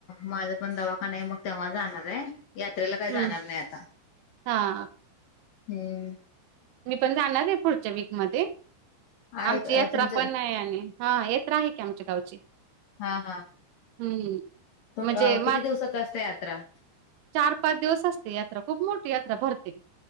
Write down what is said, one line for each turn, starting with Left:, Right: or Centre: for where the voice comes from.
Left: माझे पण दवाखाने आहे, मग तेव्हा जाणार आहे. यात्रेला काय जाणार
Right: हम्म
Left: नाही आता,
Right: हा
Left: हम्म.
Right: मी पण जाणार आहे फुडच्या वीकमध्ये,
Left: आहे
Right: आमची
Left: का
Right: यात्रा
Left: तुमचं
Right: पण आहे आणि. हां येत्रा आहे की आमच्या गावची.
Left: हा हा.
Right: हम्म.
Left: प अ...
Right: म्हणजे
Left: किती दिवसाचं असतंय यात्रा?
Right: चार-पाच दिवस असते यात्रा, खूप मोठी यात्रा भरते.